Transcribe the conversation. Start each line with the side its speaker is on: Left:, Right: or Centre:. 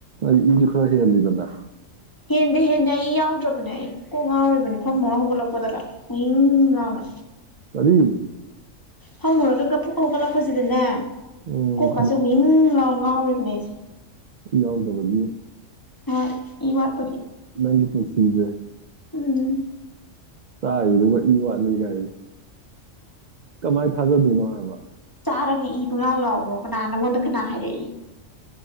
Right: ꯑꯩ ꯏꯖꯨ ꯈꯔ ꯍꯦꯜꯂꯤꯗꯅꯥ
Left: ꯍꯦꯟꯗꯤ ꯍꯦꯟꯗꯦ ꯑꯩ ꯏ ꯌꯥꯎꯗ꯭ꯔꯕꯅꯦ ꯑꯩ ꯀꯣꯛ ꯉꯥꯎꯔꯤꯕꯅꯦ ꯐꯝꯃ ꯍꯧꯒꯠꯂꯛꯄꯗꯒ ꯍꯏꯪ ꯂꯥꯎꯅ
Right: ꯀꯔꯤ
Left: ꯐꯝꯃꯨꯔꯒ ꯐꯨꯛꯀ ꯍꯧꯒꯠꯂꯛꯄꯁꯤꯗꯅꯦ
Right: ꯎꯝ
Left: ꯀꯣꯛꯀꯥꯁꯦ ꯋꯤꯡ ꯂꯥꯎ ꯉꯥꯎꯔꯤꯕꯅꯦ ꯑꯩꯁꯦ
Right: ꯏ ꯌꯥꯎꯗꯕꯒꯤ
Left: ꯍꯣꯏ ꯏ ꯋꯥꯠꯄꯒꯤ
Right: ꯅꯪꯒꯤ ꯄꯨꯟꯁꯤꯖꯦ
Left: ꯎꯝ
Right: ꯆꯥꯔꯤꯗꯨꯒ ꯏ ꯋꯥꯠꯂꯤ ꯒꯥꯏ ꯀꯃꯥꯏ ꯊꯥꯖꯗꯣꯏꯅꯣ ꯍꯥꯏꯕ
Left: ꯆꯥꯔꯒ ꯏ ꯄꯪꯌꯥꯎ ꯌꯥꯎꯕ꯭ꯔꯣ ꯀꯅꯥ ꯅꯪꯉꯣꯟꯗ ꯀꯅꯥ ꯍꯥꯏꯔꯛꯏ